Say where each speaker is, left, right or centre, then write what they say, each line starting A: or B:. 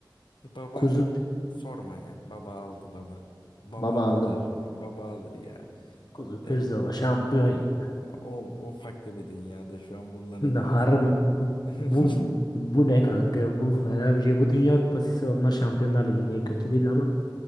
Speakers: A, on the left; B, on the left.
A: Baba
B: Kuzu
A: sorma ya. Baba aldı baba. Baba
B: baba
A: alır
B: aldı mı?
A: ya. Baba alır ya.
B: Kuzu pirzola
A: Evet
B: şampiyon yedi.
A: o, o farklı bir dünyada şu an bunların
B: Şimdi
A: arasında.
B: Harbi bu,
A: <laughs>
B: bu, bu ne kanka? Bu fena bir şey. Bu Dünya Kupası ise onlar Şampiyonlar Ligi'ne kötü
A: Evet.
B: değil ama